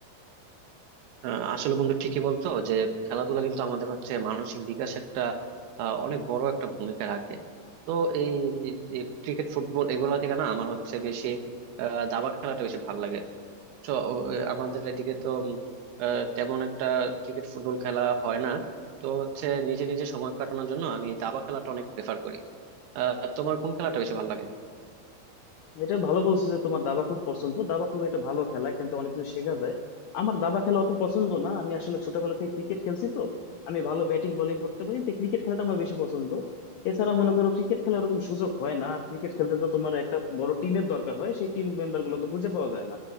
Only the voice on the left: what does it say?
এটা ভালো বলছো যে তোমার দাবা খুব পছন্দ দাবা খুব এটা ভালো খেলা এখান থেকে অনেক কিছু শেখা যায় আমার দাবা খেলা অত পছন্দ না আমি আসলে ছোটবেলা থেকে ক্রিকেট খেলছি তো আমি ভালো ব্যাটিং বোলিং করতে পারি তো ক্রিকেট খেলাটা আমার বেশি পছন্দ এছাড়া মনে করো ক্রিকেট খেলা ওরকম সুযোগ হয় না আর ক্রিকেট খেলতে তো তোমার একটা বড় টিমের দরকার হয় সেই টিম মেম্বার গুলো তো খুঁজে পাওয়া যায় না